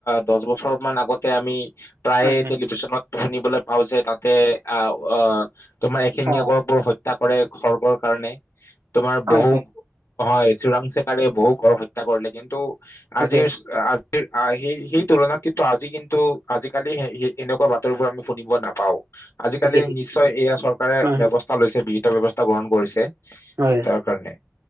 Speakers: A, on the left; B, on the right.
A: দহ বছৰ মান আগতে আমি- প্ৰায়
B: হয় হয়
A: টেলিভিছনত। শুনিবলৈ। পাওঁ যে তাতে আহ। অ তোমাৰ এশেঙীয়া
B: অ
A: গড়বোৰ হত্যা কৰে। খগৰ্্বৰ কাৰণে? তোমাৰ
B: হয়
A: বহু?
B: হয়
A: হয় চোৰাং চেকাৰে বহু গৰ হত্যা কৰিলে কিন্তু?
B: তাকে
A: আজি আহ সেই তুলনাত কিন্তু আজি কিন্তু আজিকালি স এনেকুৱা বাতৰিবোৰ আমি শুনিব নাপাওঁ? আজিকালি
B: ঠিকে ঠিকে
A: নিশ্চয় এয়া চৰকাৰে
B: হয় হয়
A: ব্যৱস্থা লৈছে বিহ। ব্যৱস্থা গ্ৰহণ কৰিছে?
B: হয় হয়
A: তাৰ কাৰণে